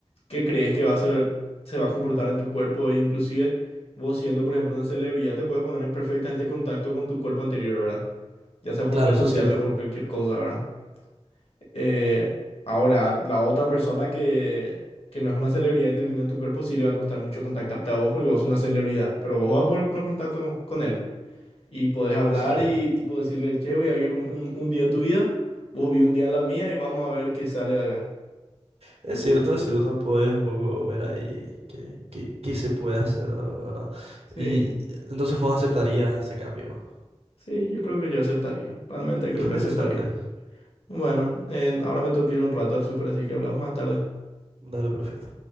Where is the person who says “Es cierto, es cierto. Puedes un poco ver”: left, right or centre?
Right